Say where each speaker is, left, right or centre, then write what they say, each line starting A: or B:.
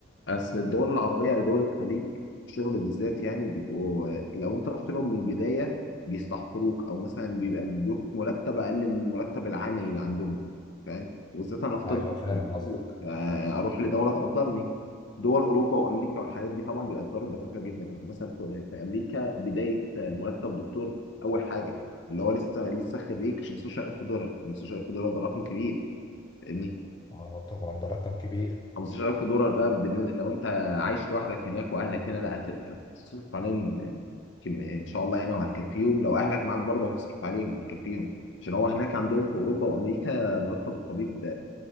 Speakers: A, on the left; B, on the left.
A: اصل الدول العربيه او دول الخليج الشغل بالذات يعني بيبقوا لو انت رحت لهم من البدايه بيستحقروك او مثلا بيبقى بيدوك مرتب اقل من مرتب العامل اللي عندهم فاهم وبالذات انا في طب
B: ايوه فاهم
A: دكتور،
B: قصدك
A: آه، اروح لدوله تقدرني دول اوروبا وامريكا والحاجات دي طبعا بيقدروا الدكاتره جدا يعني مثلا في في امريكا بدايه مرتب دكتور اول حاجه اللي هو لسه لسه خريج 15000 دولار 15000 دولار ده رقم كبير يعني
B: اه طبعا ده رقم كبير
A: 15000 دولار بقى بالنسبة لو انت عايش لوحدك هناك واهلك هنا لا هت- هتصرف عليهم كم- ان شاء الله يعني وهتكفيهم لو اهلك معاك برضه هتصرف عليهم هتكفيهم عشان هو هناك عندهم في اوروبا وامريكا مرتب الطبيب